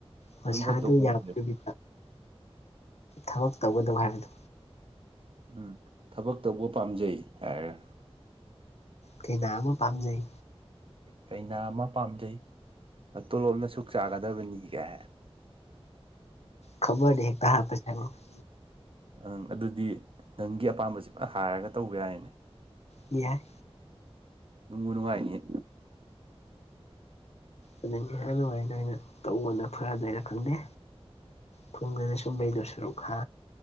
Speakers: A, on the left; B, on the right.
A: ꯃꯁꯥ
B: ꯑꯗꯨꯝ ꯐꯗꯧ
A: ꯑꯗꯨ
B: ꯃꯥꯟꯁꯤꯜꯂꯛꯑꯦ
A: ꯌꯥꯄꯕꯤ ꯊꯕꯛ ꯇꯧꯒꯗꯧ ꯍꯥꯏꯕꯗꯣ
B: ꯎꯝ ꯊꯕꯛ ꯇꯧꯕ ꯄꯥꯝꯖꯩ ꯍꯥꯏꯔ
A: ꯀꯩꯅꯥ ꯑꯃ ꯄꯥꯝꯖꯩ
B: ꯀꯩꯅꯥ ꯑꯃ ꯄꯥꯝꯖꯩ ꯇꯣꯂꯣꯞꯝꯅ ꯁꯨꯛ ꯆꯥꯒꯗꯕꯅꯤꯒ
A: ꯈꯕꯔ ꯍꯦ ꯀ ꯄ ꯆꯅꯣ ꯎꯝ
B: ꯑꯪ ꯑꯗꯨꯗꯤ ꯅꯪꯒꯤ ꯑꯄꯥꯝꯕꯁꯦ ꯄꯨ ꯍꯥꯏꯔꯒ ꯇꯧꯕ ꯌꯥꯏꯅꯦ
A: ꯌꯥꯏ
B: ꯅꯨꯡꯕꯨ ꯅꯨꯡꯉꯥꯏꯅꯤꯌꯦ
A: ꯑꯗꯨꯅꯤ ꯑꯗꯨꯃꯥꯏꯅ ꯑꯩꯅ ꯇꯧꯕꯅ ꯐꯔꯗ ꯑꯩꯅ ꯈꯪꯗꯦ ꯄꯨꯡꯗꯅꯤ ꯁꯨꯝꯕꯩꯗꯨꯣ ꯁꯔꯨꯛꯈ